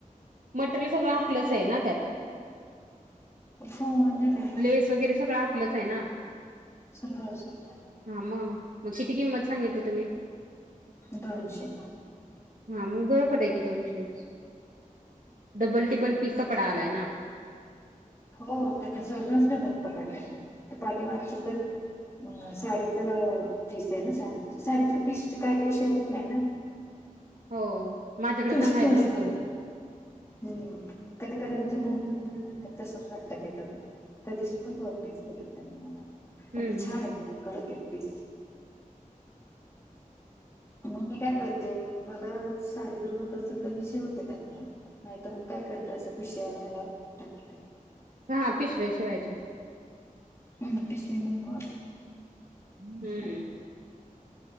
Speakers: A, on the right; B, on the left.
A: मटेरियल सगळं आपलंच आहे ना त्यात
B: म्हणजे काय
A: लेस वगैरे सगळं आपलंच आहे ना
B: सगळ सगळ
A: हां मग मग किती किंमत सांगितली तुम्ही
B: दोनशे
A: हा मग बरोबर आहे की दोनशे डबल टिबल पीक कपडा आलाय ना
B: हो तेथ सगळच ढबळ पकडलेलं आहे ते पाठी मागच तर अ साडीच पीस आहे ना साडी साडीतलं पीस काय काय शिवत नाही ना
A: हो माझ्याकडे
B: तसेच
A: पण आहेत
B: असतं
A: भरपूर
B: हम्म कधी कधीत तस वाटत ते त्यातन तरी जी पण फॉर पिक्स घेतात म्हणा मला
A: हम्म
B: पण ते
A: हम्म
B: छान आहेत कडक आहेत पीस मग मी काय करते मला साडीवर होत असेल तर मी शिवते त्यातला नाहीत मग काय करते असं पिश्यालायला टाकते
A: हा पिशव्या शिवायच्या
B: हम् पिसवी म
A: हम्म
B: ह